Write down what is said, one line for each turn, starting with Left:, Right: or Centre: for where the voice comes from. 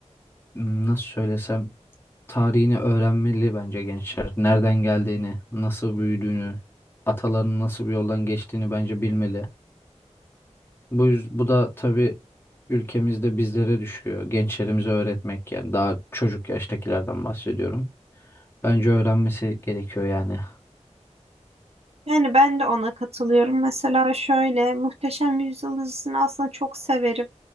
Left: m, nasıl söylesem tarihini öğrenmeli bence gençler. Nereden geldiğini, nasıl büyüdüğünü, atalarının nasıl bir yoldan geçtiğini bence bilmeli. Bu, yüz- bu da tabii ülkemizde bizlere düşüyor. Gençlerimize öğretmek yani daha çocuk yaştakilerden bahsediyorum. Bence öğrenmesi gerekiyor yani.
Right: Yani ben de ona katılıyorum. Mesela şöyle Muhteşem Yüzyıl dizisini aslında çok severim.